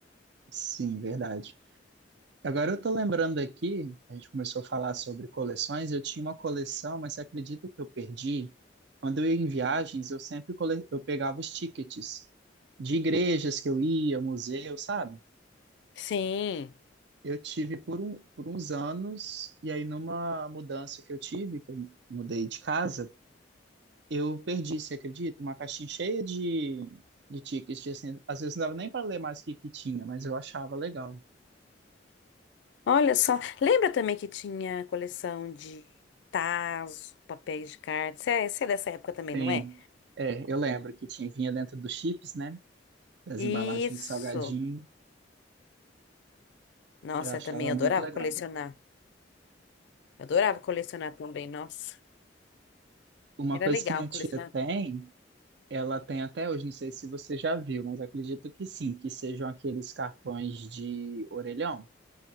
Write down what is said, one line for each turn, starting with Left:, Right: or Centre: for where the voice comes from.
Right: Sim, verdade. Agora eu tô lembrando aqui, a gente começou a falar sobre coleções, eu tinha uma coleção, mas você acredita que eu perdi? Quando eu ia em viagens, eu sempre cole... eu pegava os tickets de igrejas que eu ia, museu, sabe?
Left: Sim.
Right: Eu tive por, um, por uns anos, e aí numa mudança que eu tive, que eu mudei de casa, eu perdi, você acredita? Uma caixinha cheia de, de tickets, de, assim, às vezes não dava nem para ler mais o que que tinha, mas eu achava legal.
Left: Olha só, lembra também que tinha coleção de tazos, papéis de cartas? Você é, você é dessa época também,
Right: tem
Left: não é?
Right: é, eu lembro que tinha, vinha dentro dos chips, né? das
Left: Isso.
Right: embalagens de salgadinho.
Left: Nossa,
Right: Eu achava
Left: eu também
Right: muito
Left: adorava
Right: legal.
Left: colecionar. Eu adorava colecionar também, nossa.
Right: Uma
Left: Era
Right: coisa
Left: legal
Right: que minha tia
Left: colecionar.
Right: tem, ela tem até hoje, não sei se você já viu, mas acredito que sim, que sejam aqueles cartões de orelhão,